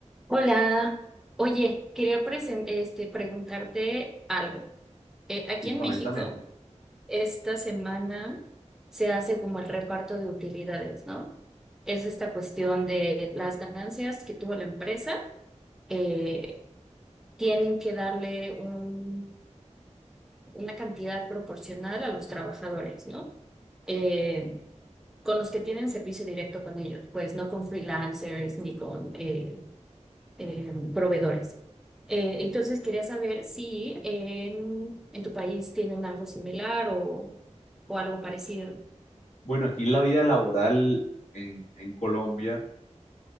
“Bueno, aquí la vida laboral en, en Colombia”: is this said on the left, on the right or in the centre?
Left